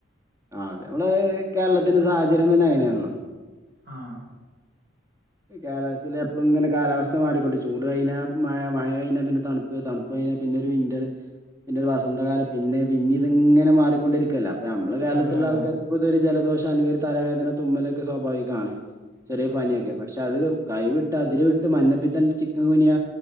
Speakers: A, on the right; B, on the right.
A: ആഹ് അത് ഞമ്മളെ കേരളത്തിന്റെ സാഹചര്യം തന്നെ അങ്ങനെയാണല്ലൊ
B: ആഹ്
A: കേരളത്തിലെ എപ്പളും ങ്ങനെ കാലാവസ്ഥ മാറിക്കൊണ്ട് ചൂട് കഴിഞ്ഞാ മഴ മഴ കഴിഞ്ഞ പിന്നെ തണ് പ്പ് തണുപ്പ് കഴിഞ്ഞ പിന്നൊരു വിന്റർ പിന്നൊരു വസന്തകാലം പിന്നെ പിന്നെ ഇതിങ്ങനെ മാറിക്കൊണ്ടിരിക്കല്ലെ ഇപ്പ ഞമ്മള കേരളത്തില്ള്ള
B: അതെ അതെ
A: ആൾക്കാർക് ഇപ്പൊ ഇതൊര് ജലദോഷം അല്ലെങ്കി ഒരു തലവേദന തുമ്മലൊക്കെ സ്വാഭാവികാണ് ചെറിയ
B: അതെ
A: പനിയൊക്കെ പക്ഷെ അത് കൈവിട്ട് അതിര് വിട്ട് മഞ്ഞപ്പിത്തണ്ട് ചിക്കൻ ങ്കുനിയ